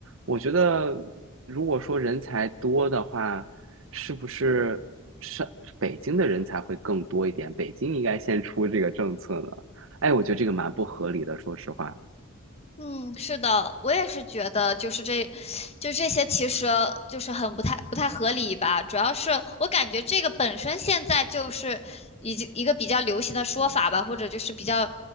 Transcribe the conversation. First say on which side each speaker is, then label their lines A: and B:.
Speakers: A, on the right; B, on the left.
A: 我觉得，如果说人才多的话，是不是上北京的人才会更多一点？北京应该先出这个政策呢？哎，我觉得这个蛮不合理的，说实话。
B: 嗯，是的，我也是觉得，就是这，就这些，其实就是很不太不太合理吧。主要是我感觉这个本身现在就是已经一个比较流行的说法吧，或者就是比较